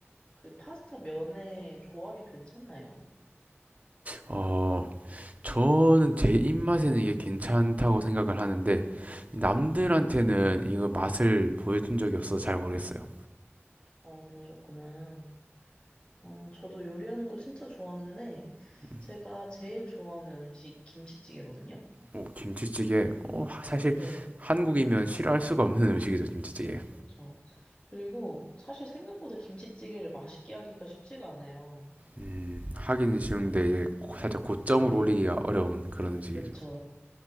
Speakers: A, on the left; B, on the right.
A: 그 파스타 면의 조합이 괜찮나요?
B: 어 저는 제 입맛에는 이게 괜찮다고 생각을 하는데 남들한테는
A: 네.
B: 이거 맛을 보여준 적이 없어서 잘 모르겠어요.
A: 어, 그러셨구나. 어, 저도 요리하는 거 진짜 좋아하는데,
B: 음.
A: 제가 제일 좋아하는 음식 김치찌개거든요?
B: 어, 김치찌개. 어, 하- 사실
A: 네,
B: 한국이면 싫어할 수가 없는 <laughs> 음식이죠, 김치찌개.
A: 그쵸. 그리고 사실 생각보다 김치찌개를 맛있게 하기가 쉽지가 않아요.
B: 음, 하기는 쉬운데 이제 고- 살짝 고점을
A: 네,
B: 올리기가 어려운 그런 음식이죠.
A: 그쵸.